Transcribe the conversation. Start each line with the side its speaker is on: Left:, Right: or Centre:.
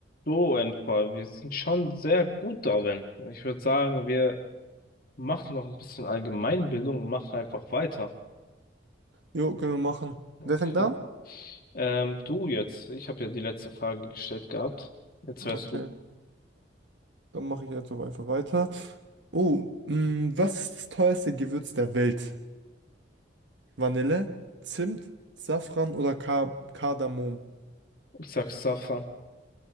Left: So, Enfer, wir sind schon sehr gut darin. Ich würde sagen, wir machen noch ein bisschen Allgemeinbildung und machen einfach weiter.
Right: Jo, können wir machen.
Left: Okay.
Right: Wer fängt an?
Left: Ähm, du jetzt, ich habe ja die letzte Frage gestellt gehabt. Jetzt wärst
Right: Okay,
Left: du,
Right: dann mache ich jetzt so einfach weiter. Oh, mh, was ist das teuerste Gewürz der Welt? Vanille, Zimt, Safran oder Ka Kardamom?
Left: ich sag Safa.